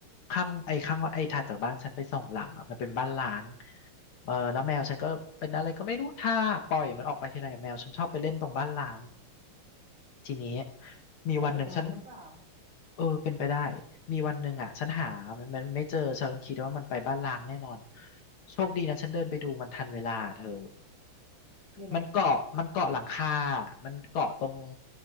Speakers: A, on the left; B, on the right.
A: ข้างไอ้ข้างไอ้ถัดจากบ้านฉันไปส่งหลังอ่ะมันเป็นบ้านล้างเออแล้วแมวฉันก็เป็นอะไรก็ไม่รู้ถ้าปล่อยมันออกไปทีไรแมวฉันชอบไปเล่นตรงบ้านล้างทีนี้มีวันหนึ่งฉัน
B: เพื่อนอยู่ตรงนั้นหรือเปล่า
A: เออเป็นไปได้มีวันหนึ่งอ่ะฉันหามันมันไม่เจอฉันคิดว่ามันไปบ้านล้างแน่นอนโชคดีนะฉันเดินไปดูมันทันเวลาเธอ
B: อยู่ไหน
A: มันเกาะมันเกาะหลังคามันเกาะตรง